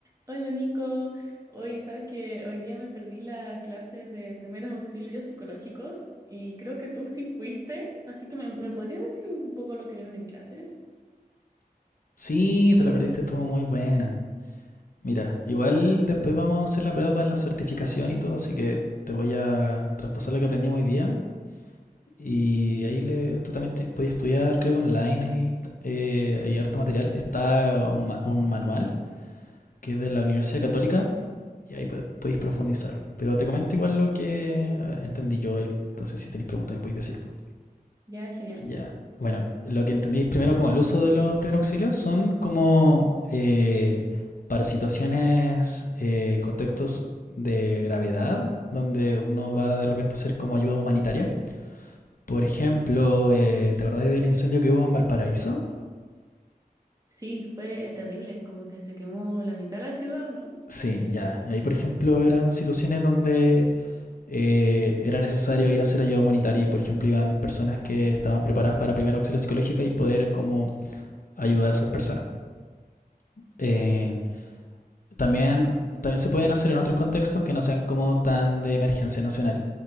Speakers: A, on the right; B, on the left.
A: Hola Nico, hoy sabes que hoy día me perdí la clase de primeros auxilios psicológicos y creo que tú sí fuiste, así que me, me podrías decir un poco lo que vieron en clases.
B: Sí, te la perdiste, estuvo muy buena. Mira, igual después vamos a hacer la prueba para la certificación y todo, así que te voy a traspasar lo que aprendimos hoy día. Y ahí le, tú también te, podías estudiar, creo que online y, eh, hay harto material. Está un, ma- un manual que es de la Universidad Católica y ahí po- podéis profundizar. Pero te comento igual lo que eh, entendí yo, eh, entonces si tenéis preguntas me podéis decir. po.
A: Ya, genial.
B: Ya. Bueno, lo que entendí es primero como el uso de los primeros auxilios son como eh, para situaciones, eh, contextos de gravedad, donde uno va de repente a hacer como ayuda humanitaria. Por ejemplo, eh, ¿te acordáis del incendio que hubo en Valparaíso?
A: Sí, fue eh, terrible, como que se quemó la mitad de la ciudad, ¿o no?
B: Sí, ya. Y ahí, por ejemplo, eran situaciones donde eh, era necesario ir a hacer ayuda humanitaria y, por ejemplo, iban personas que estaban preparadas para primer auxilio psicológico y poder como ayudar a esas personas. Eh, también, también se pueden hacer en otros contextos que no sean como tan de emergencia nacional,